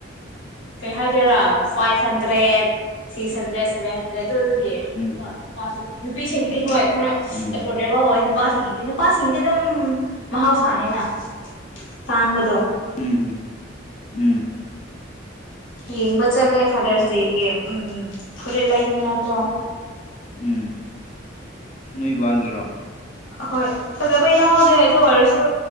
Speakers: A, on the left (about 85°); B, on the left (about 40°).
A: ꯀꯩ ꯍꯥꯏꯗꯣꯏꯔꯥ five hundred six hundred seven hundred ꯑꯗꯨꯗꯨꯒꯤ ꯍꯪꯉꯒ
B: ꯎꯝ
A: ꯅꯨꯄꯥꯖꯨꯅꯤ ꯅꯨꯄꯤꯁꯤꯡꯒꯤꯗꯤ ꯍꯣꯏ ꯈꯔ ꯁ
B: ꯎꯝ
A: ꯑꯦꯐꯣꯔꯗꯦꯕꯜ ꯑꯣꯏ ꯅꯨ ꯅꯨꯄꯥꯁꯤꯡꯒꯤꯗꯤ ꯅꯨꯄꯥꯁꯤꯡꯒꯤꯗꯤ ꯑꯗꯨꯝ ꯃꯍꯥꯎꯁꯥꯅꯤꯅ ꯇꯥꯡꯕꯗꯣ
B: ꯎꯝꯍꯨꯝ ꯎꯝ
A: ꯌꯦꯡꯕ ꯆꯠꯂꯦ ꯐꯗꯔꯁ ꯗꯦꯒꯤ ꯎꯝ ꯐꯨꯔꯤꯠ ꯂꯩꯅꯤꯉꯀꯣ
B: ꯎꯝ ꯅꯣꯏ ꯕꯥꯒꯤꯔꯣ
A: ꯑꯍꯣꯏ ꯐꯖꯕ ꯌꯥꯎꯗꯦ ꯑꯗꯨ ꯑꯣꯏꯔꯁꯨ